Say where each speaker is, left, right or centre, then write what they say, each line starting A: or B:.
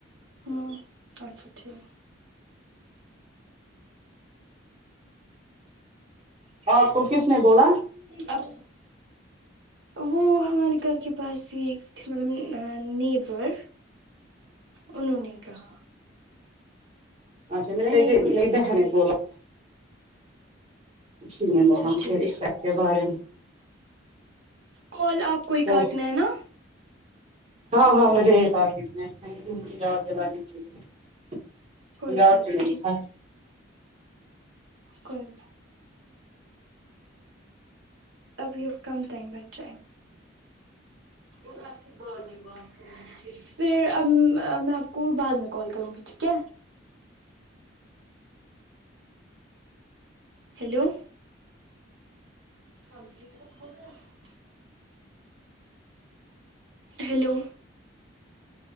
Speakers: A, on the right (about 65°); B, on the right (about 35°).
A: ہاں اچھا ٹھیک
B: ہاں کفس میں بولا
A: اب وہ ہمارے گھر کے پاس ہی مطلب نیبر انہوں نے کہا
B: اچھا م نے
A: نیبر
B: یہ میری
A: تھے
B: بہنے
A: ہمارے
B: بولا اسی لیے
A: اچھا
B: وہ ہم
A: ٹھیک
B: سی اس سب کے بارے میں
A: کال آپ کو ہی
B: تو
A: کاٹنا ہے نا
B: ہاں ہاں مجھے یہ <unintelligible>
A: کوئی بات نہیں کوئی اب یہب کم ٹائم بچچائے ہے وہ گس بعادی بات پھر اب میں آپ کو بعد میں کال کروں گی ٹھیک ہے ہیلو <inaudible> ہیلو